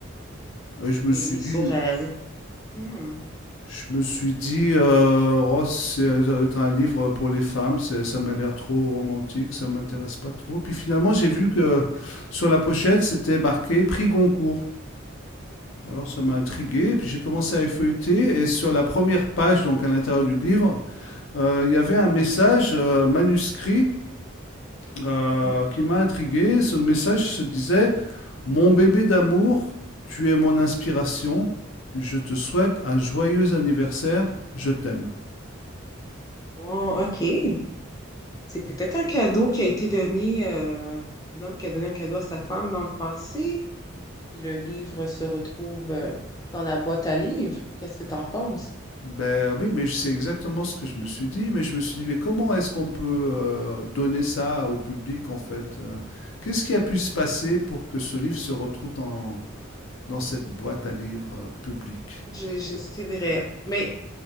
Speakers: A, on the left (about 75°); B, on the left (about 15°).
A: Et je
B: Veiller
A: me suis dit,
B: sur elle. Hmm.
A: Je me suis dit, euh, oh, c'est euh, ça doit être un livre pour les femmes, c'est- ça m'a l'air trop romantique, ça m'intéresse pas trop. Puis finalement, j'ai vu que sur la pochette, c'était marqué Prix Goncourt. Alors ça m'a intrigué, puis j'ai commencé à effeuilleter, et sur la première page, donc à l'intérieur du livre, euh, il y avait un message euh, manuscrit euh,
B: Mhm.
A: qui m'a intrigué. Ce message se disait, Mon bébé d'amour, tu es mon inspiration, je te souhaite un joyeux anniversaire, je t'aime.
B: Bon, OK. C'est peut-être un cadeau qui a été donné, euh, un homme qui a donné un cadeau à sa femme dans le passé. Puis le livre se retrouve euh, dans la boîte à livres. Qu'est-ce que t'en penses?
A: Ben oui, mais c'est exactement ce que je me suis dit. Mais je me suis dit, mais comment est-ce qu'on peut euh, donner ça au public en fait? euh, Qu'est-ce qui a pu se passer pour que ce livre se retrouve dans, dans cette boîte à livres euh, publique?
B: Je- je- c'est vrai. Mais